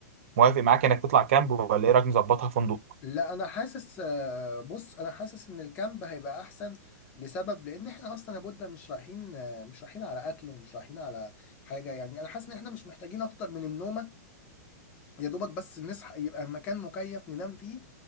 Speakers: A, on the right; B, on the left.
A: موافق معاك انك تطلع كامب ولا ايه رايك نظبطها فندق
B: لا أنا حاسس آه، بص أنا حاسس إن الكامب هيبقى أحسن لسبب لأن إحنا أصلا يا بودة مش رايحين آه، مش رايحين على أكل ومش رايحين على حاجة يعني أنا حاسس إن إحنا مش محتاجين أكتر من النومة يا دوبك بس نصحى يبقى مكان مكيف ننام فيه